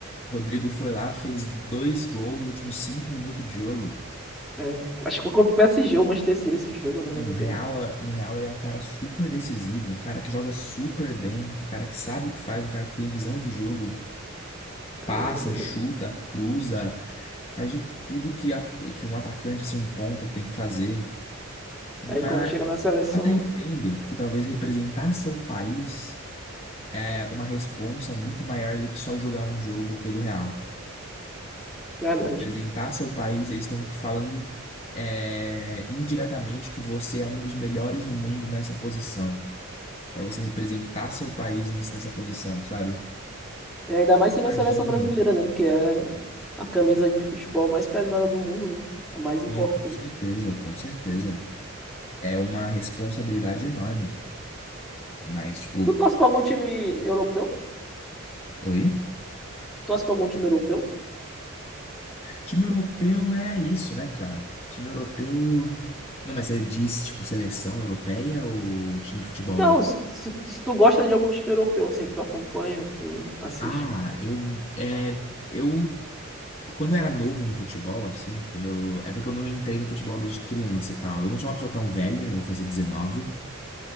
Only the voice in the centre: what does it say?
é, acho que foi contra o PSG, o Manchester City, esse jogo, eu não lembro
bem.
É verdade.
Aí quando chega na seleção,
verdade.
é ainda mais sendo
a seleção brasileira, né? Que é a camisa de futebol mais pesada do mundo, né? A mais importante.
Tu torce pra algum time europeu?
Tu torce pra algum time europeu?
Não,
se, se, se tu gosta de algum time europeu, assim, que tu acompanha, que tu assiste.